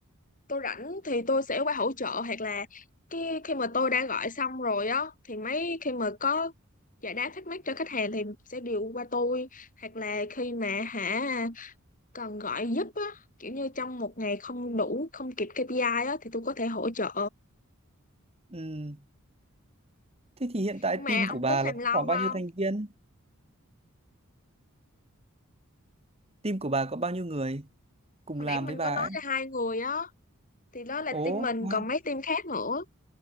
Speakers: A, on the left; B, on the right.
A: tôi rảnh thì tôi sẽ qua hỗ trợ hoặc là cái khi mà tôi đã gọi xong rồi á, thì mấy khi mà có giải đáp thắc mắc cho khách hàng thì sẽ điều qua tôi. Hoặc là khi mà hả cần gọi giúp á, kiểu như trong một ngày không đủ, không kịp KPI á, thì tôi có thể hỗ trợ.
B: Ừ. Thế thì hiện tại
A: Nhưng mà
B: team của
A: ông
B: bà
A: tính làm
B: là có
A: lâu
B: khoảng
A: không?
B: bao nhiêu thành viên? Team của bà có bao nhiêu người cùng
A: Hồi
B: làm
A: nãy mình
B: với bà
A: có nói
B: ấy?
A: là hai người á, thì đó là
B: Ồ,
A: team mình
B: wow.
A: còn mấy team khác nữa.